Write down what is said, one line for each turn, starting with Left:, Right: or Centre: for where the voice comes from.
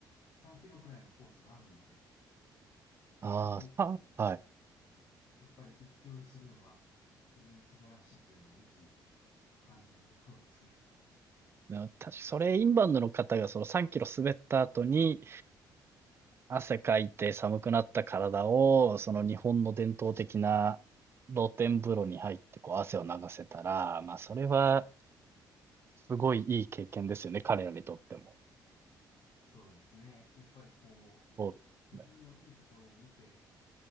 Left: 3キロぐらいのコースがあるので、
Right: ああ、
Left: そこをこ
Right: さ、はい。
Left: うやっぱり一気折りするのが非常に素晴らしいというのはいつも感じるところですね。
Right: 確かそれ、インバウンドの方がその3キロ滑った後に汗かいて寒くなった体を、その日本の伝統的な露天風呂に入ってこう汗を流せたら、まあそれはすごいいい経験ですよね、彼らにとっても。
Left: <laughs> そうですね。やっぱりこ
Right: そうですよね。
Left: う、自分のいいところを見て、